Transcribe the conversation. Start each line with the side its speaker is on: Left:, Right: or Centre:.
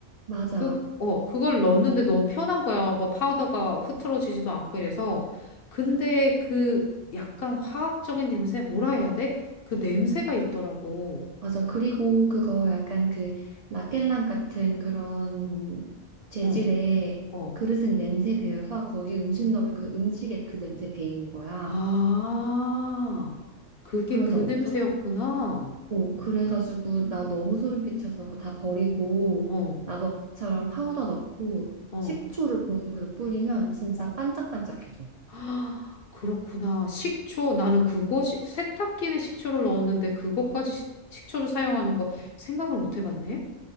Right: 맞아.
Left: 그, 어, 그걸 넣었는데 너무 편한 거야. 뭐 파우더가 흐트러지지도 않고 이래서. 근데 그 약간 화학적인 냄새, 뭐라 해야 돼? 그 냄새가 있더라고.
Right: 맞아. 그리고 그거 약간 그 라켈랑 같은 그런 재질의
Left: 응. 어.
Right: 그릇에 냄새 배어서 거기 음식 넣으면 그 음식에 그 냄새 배이는 거야.
Left: 아, 그게
Right: 그런
Left: 그
Right: 적
Left: 냄새였구나.
Right: 없어? 오, 그래가지고 나 너무 소름 끼쳐서 그거 다 버리고
Left: 어,
Right: 나도 언니처럼 파우더 넣고
Left: 어,
Right: 식초를 붓는 그릇 뿌리면 진짜
Left: 어.
Right: 반짝반짝해져.
Left: 아, 그렇구나. 식초. 나는 그거, 식- 세탁기는 식초를 넣었는데 그것까지 식, 식초를 사용하는 거 생각을 못 해봤네.